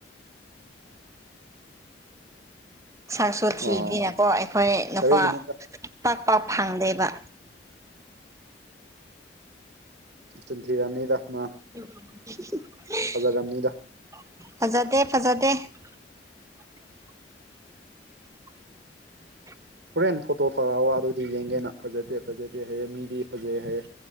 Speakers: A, on the right (about 15°); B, on the right (about 65°).
A: ꯁꯛꯁꯨ ꯊꯤꯕꯅꯤꯅꯀꯣ
B: ꯑꯣ
A: ꯑꯩꯈꯣꯏ ꯅꯨꯄꯥ
B: ꯀꯔꯤꯒꯤꯅꯣꯗ
A: ꯄꯥꯛ ꯄꯥꯛ ꯐꯪꯗꯦꯕ
B: ꯆꯤꯟ ꯊꯤꯔꯝꯅꯤꯗ ꯃꯥ
A: <unintelligible>
B: ꯐꯖꯔꯝꯅꯤꯗ
A: ꯐꯖꯗꯦ ꯐꯖꯗꯦ <unintelligible>
B: ꯍꯣꯔꯦꯟ ꯐꯣꯇꯣ ꯊꯔꯛꯑꯣ ꯑꯗꯨꯗꯤ ꯌꯦꯡꯒꯦꯅ ꯐꯖꯗꯦ ꯐꯖꯗꯦ ꯍꯌꯦ ꯃꯤꯗꯤ ꯐꯖꯩ ꯍꯥꯏꯌꯦ